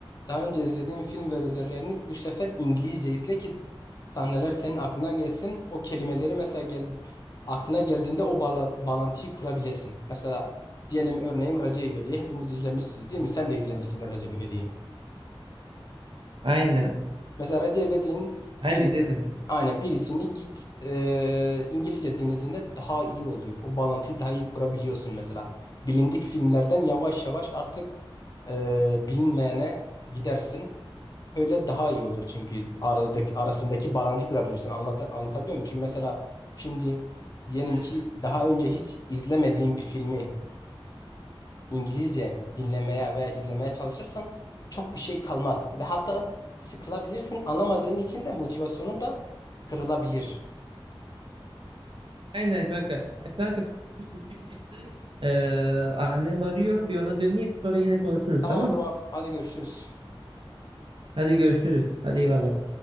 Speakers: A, on the left; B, on the right.
A: Daha önce izlediğin film ve benzerlerini bu sefer İngilizce izle ki sahneler senin aklına gelsin. O kelimeleri mesela gel, aklına geldiğinde o bağla- bağlantıyı kurabilesin. Mesela diyelim örneğin Recep İvedik'i hepimiz izlemişsiniz değil mi? Sen de izlemişsindir Recep İvedik'i.
B: Aynen.
A: Mesela Recep İvedik'in
B: Aynen
A: birisi,
B: izledim.
A: aynen birisini git e, İngilizce dinlediğinde daha iyi oluyor. O bağlantıyı daha iyi kurabiliyorsun mesela. Bilindik filmlerden yavaş yavaş artık e, bilinmeyene gidersin. Öyle daha iyi olur çünkü aradaki, arasındaki bağlantıyı kurabilirsin. Anlata, anlatabiliyor muyum? Çünkü mesela şimdi diyelim
B: Aynen.
A: ki daha önce hiç izlemediğin bir filmi İngilizce dinlemeye ve izlemeye çalışırsan çok bir şey kalmaz. Ve hatta sıkılabilirsin. Anlamadığın için de motivasyonun da kırılabilir.
B: Aynen kanka. E, Kanka benim işim çıktı. Ee, annem arıyor. Bir ona döneyim sonra yine konuşuruz
A: Tamam
B: tamam.
A: bro, hadi görüşürüz.
B: Hadi görüşürüz. Hadi
A: Görüşürüz.
B: eyvallah.